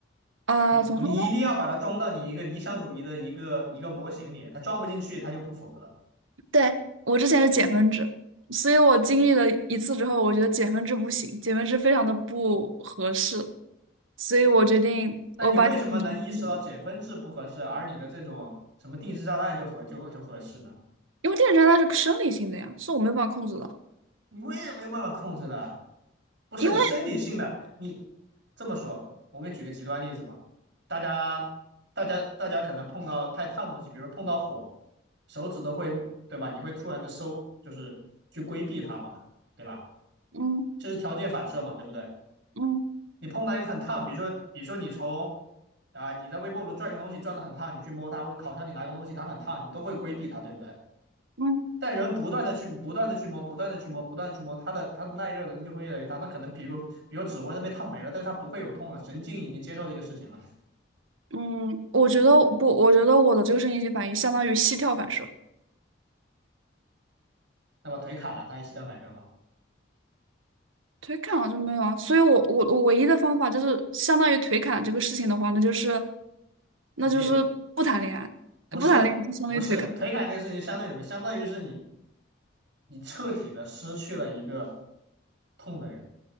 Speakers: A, on the right; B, on the right.
A: 啊、
B: 你你一定要把它装到你一个理想主义的一个一个模型里，
A: 怎么说呢？
B: 它装不进去，它就不符合。
A: 对，我之前是减分制，所以我经历了一次之后，我觉得减分制不行，减分制非常的不合适，所以我决定我把减分制去掉了，
B: 那你为什么能意识到减分制不合适，而你的这种什么定时炸弹就合就就合适呢？
A: 因为电子障碍是生理性的呀，是我没有办法控制的，
B: 你我也没有办法控制的，不是你生理性的。
A: 因为
B: 你这么说，我给你举个极端例子吧。大家，大家，大家可能碰到太烫的东西，比如说碰到火，手指都会，对吧？你会突然的收，就是去规避它嘛，对吧？
A: 嗯
B: 这是条件反射嘛，对不对？
A: 嗯
B: 你碰到一个很烫，比如说，比如说你从啊、你在微波炉转个东西，转的很烫，你去摸它，或者烤箱里拿个东西，它很烫，你都会规避它，对不对？
A: 嗯。
B: 但人不断的去不断的去摸，不断的去摸，不断的去摸，它的它的耐热能力就会越来越大。它可能比如比如指纹都被烫没了，但是它不会有痛了，神经已经接受这个事情了。
A: 嗯，我觉得不，我觉得我的这个声音性反应相当于膝跳反射，
B: 那么腿砍了，它还膝盖反射吗？
A: 腿砍了就没有啊。所以我，我我唯一的方法就是相当于腿砍这个事情的话，那就是那就是不谈恋爱，
B: 你得不是不是腿砍这个事情，
A: 呃不谈恋爱就相当于腿砍。
B: 相当于什么？相当于是你你彻底的失去了一个痛的人，